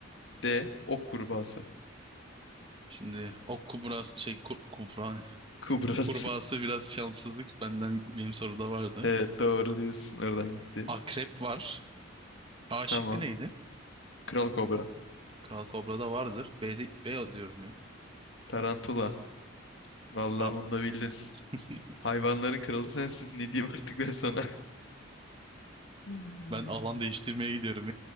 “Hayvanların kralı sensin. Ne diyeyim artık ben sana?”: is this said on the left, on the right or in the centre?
Left